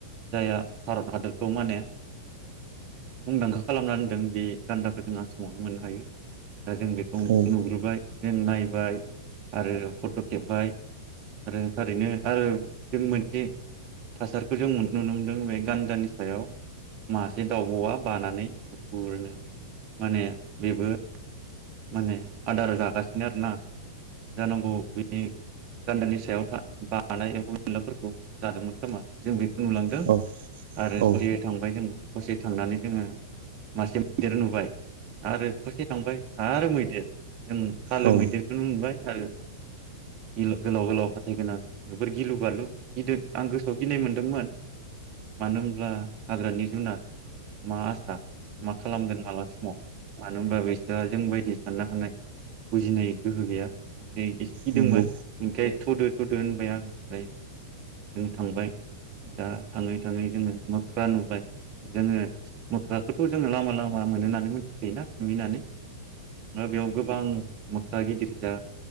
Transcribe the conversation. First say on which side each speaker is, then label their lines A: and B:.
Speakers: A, on the right; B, on the right.
A: जायहा भारत हादरखौ माने मुंदांखा खालामना होनदों बे गान्दाखौ जों आसामावनो मोननो हायो दा जों बेखौ
B: औ
A: नुग्रोबाय जों नायबाय आरो फट' खेबबाय आरो थारैनो आरो जों मोनसे थासारिखौ जों नुनो मोनदों बे गान्दानि सायाव मासे दाउब'आ बानानै गुुफुरनो माने बेबो माने आदार जागासिनो आरोना जानांगौ बिनि गान्दानि सायाव बानाय एम्फौ एनलाफोरखौ जादोंमोन खोमा जों बेखौ नुलांदों
B: औ
A: आरो
B: औ
A: ससे थांबाय जोङो ससे थांनानै जोङो मासे मैदेर नुबाय आरो ससे थांबाय आरो मैदेर जों फालो
B: औ
A: मैदेरखौनो मोनबाय आरो गि गोलाव गोलाव हाथाय गोनां जोबोर गिलु बालु गिद आं गोसोआव गिनाय मोनदोंमोन मानो होनब्ला हाग्रानि जुनाद मा आसा मा खालामगोन माला समाव मानो होनबा बेस दा जों बदि साननो हानाय बुजिनाय गोहो गैया ओमफ्रायाय एसे गिदोंंमोन
B: नंगौ
A: ओमखाय थ'दो थदो होनबाय आं ओमफ्राय जों थांबाय दा थाङै थाङै जोङो मोख्रा नुबाय जोङो मोख्राखौथ' जोङो लामा लामा मोनो होननानै मिथिखायोना नुयो होननानै। दा बेयाव गोबां मोख्रा गिदिर जा